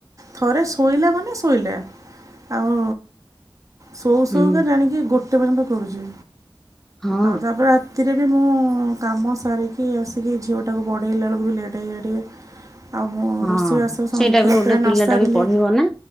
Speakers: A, on the right; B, in the centre.
A: ଥରେ ଶୋଇଲା ମାନେ ଶୋଇଲା। ଆଉ ସଉ ସଉକା
B: ହୁଁ
A: ଜାଣିକି ଗୋଟେ ପର୍ଯ୍ୟନ୍ତ କରୁଛି।
B: ହଁ
A: ଆଉ ତାପରେ ରା ତିରେ ବି ମୁଁ କାମ ସାରିକି ଆସିକି ଝିଅଟାକୁ ପଢ଼େଇଲା ବେଳକୁ ବି ଲେଟ୍ ହେଇଯାଇ ଟିକେ। ଆଉ ମୁଁ
B: ହଁ।
A: ରୋଷେଇବାସ ସମସ୍ତେ
B: ସେଇଟା
A: ଖଇବାପିଇବା
B: ବି ଗୋଟେ
A: ନସାରିଲେ
B: ପିଲାଟା ବି ପଢିବ ନା